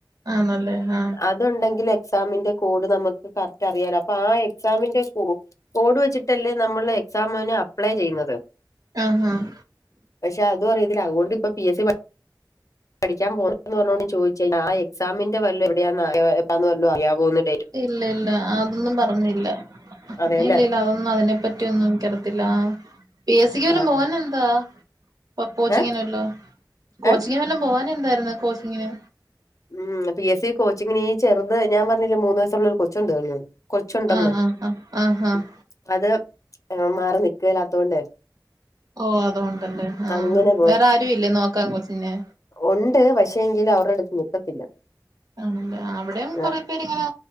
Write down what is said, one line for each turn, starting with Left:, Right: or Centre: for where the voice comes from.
Right: ആണല്ലേ ആഹ
Left: അത്ണ്ടെങ്കിൽ എക്സാമിന്റെ കോഡ് നമുക്ക് കറക്റ്റ് അറിയാനോ അപ്പൊ ആ എക്സാമിന്റെ കോഡ്. ഓഡ് വെച്ചിട്ടല്ലേ നമ്മള് എക്സാമന് അപ്ലൈ ചെയ്യുന്നത്.
Right: ആഹ് ആഹ്
Left: പക്ഷെ അതു അറിയതില അതുകൊണ്ട് ഇപ്പ പി എ സി പ പഠിക്കാൻ പോണന്ന് പറഞ്ഞോണ്ട് ഞാ ചോദിചില്ല ആ എക്സാമിന്റെ വല്ലും എവിടെയന്ന് <unintelligible> അറിയുന്നത്
Right: ഇല്ല ല്ലല്ല അതൊന്നും പറഞ്ഞില്ല
Left: അതെല്ലേ
Right: ഇല്ലല്ല അതൊന്നും അതിനെ പ റ്റൊന്നും നിക്കറത്തില്ല പി എസ് സിക്ക് വല്ലും
Left: ആ
Right: പോവനെന്താ
Left: ആ
Right: പ്പൊ കോച്ചിങ്ങിന്ല്ലോ
Left: ഏ
Right: കോച്ചിങ്ങിന്
Left: ഏ
Right: വല്ലം പോവാന് ന്തായിരുന്നു കോച്ചിങ്ങിന്
Left: ഉം പി എസ് സി കോച്ചിങ്ങിന് ഈ ചെറുത് ഞാ പറഞ്ഞില്ലേ മൂന്ന് വയസ്സുള്ളൊരു കൊച്ചുണ്ട്ന്ന് കൊച്ചുണ്ട്ന്ന്
Right: ആഹ് ആഹ് ആഹ് ആഹ് ആഹ്
Left: മ്മ് അത് ഹ് മാറി നിക്കല്ലാത്തോണ്ട്
Right: ഓ അതുവോണ്ടല്ലേ ആ
Left: അങ്ങനെ
Right: വേറാരു ഇല്ലേ നോക്കാൻ കൊച്ചിനെ
Left: ഉണ്ട് പക്ഷേെങ്കില് അവരെടുത്ത് നിക്കത്തില്ല
Right: ആണല്ലേ അവിടെയും കുറെ
Left: ആ
Right: പേരിങ്ങനെ